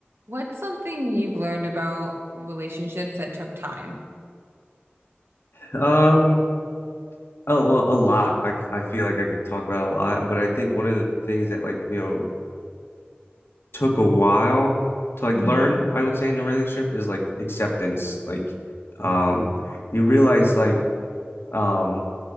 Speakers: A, on the right; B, on the left.
A: What's something you've learned about relationships that took time?
B: Um, a, well, a lot. I I feel like I could talk about a lot, but I think one of the things that like, you know, took a while to like
A: hmm
B: learn, I would say in a relationship is like acceptance. Like, um, you realize like, um,